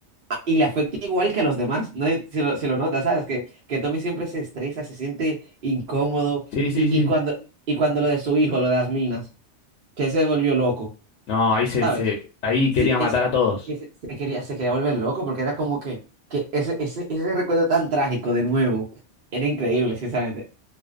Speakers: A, on the right; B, on the left.
A: Ah, Y le afecta igual que a los demás, ¿no? Y Se lo, se lo nota, ¿sabes? Que, que Tommy siempre se estresa, se siente incómodo.
B: Sí, sí,
A: Y,
B: sí.
A: y, cuando, y cuando lo de su hijo, lo de las minas, que se volvió loco,
B: No, ahí se,
A: ¿sabes?
B: se, ahí
A: Sí,
B: quería matar
A: es,
B: a todos.
A: que se se quería, se quería volver loco porque era como que, que ese, ese, ese recuerdo tan trágico de nuevo era increíble, sinceramente.